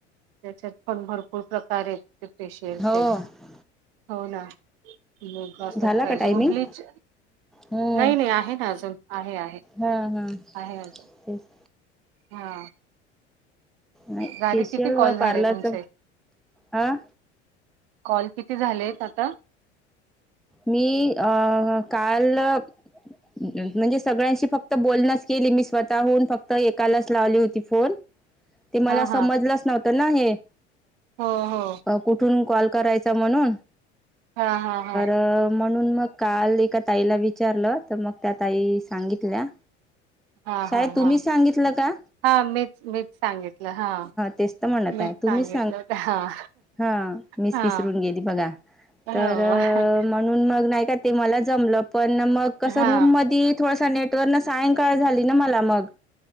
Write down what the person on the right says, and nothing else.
त्याच्यात पण भरपूर प्रकार आहेत ते फेशियलचे,
हो ना लोक असतात
पाहिजे
मग ब्लीच
नाही नाही आहेत अजून आहे आहे,
आहे अजून.
हा.
झाले
किती कॉल
झाले
तुमचे?
कॉल किती झालेत आता?
हा
हा
हो हो
हा हा हा
हा
हा
हा
हा मीच मीच सांगितलं हा,
मीच
सांगितलं
हा.
हा
हो
हा